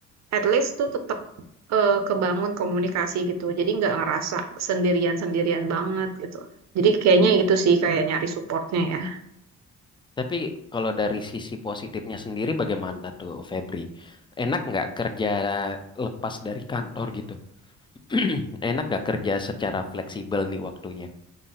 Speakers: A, on the right; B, on the left.
A: at least tuh tetap eh, kebangun komunikasi gitu. Jadi nggak ngerasa sendirian-sendirian banget gitu. Jadi kayaknya itu sih kayak nyari supportnya ya.
B: Tapi kalau dari sisi positifnya sendiri bagaimana tuh Febri? Enak nggak kerja lepas dari kantor gitu? <clears throat> Enak nggak kerja secara fleksibel nih waktunya?